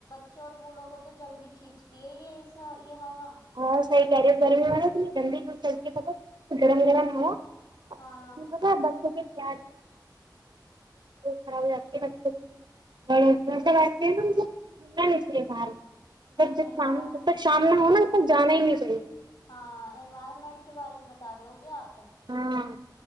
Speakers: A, on the left; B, on the right.
A: چور بوڑوں کو تو جلدی کھینچ یہ یہ ایسا یہ ہ ہوا
B: ہ سیح کہہ رہی گرمی وال ت گندی د س گرم گرم ہو
A: ہاں
B: اس تو بچوں کے س خراب جات ف کی بڑ مطلب مننا نسلی بار <unintelligible> ب
A: اچھا
B: ج
A: انوا
B: شام جب تک شام میں
A: انو
B: ہوناا تب تک جانا ہی ملتا سی
A: ہاں انوائرمنٹ کے بارے میں بتا رہ ہوگے آپ
B: ہاں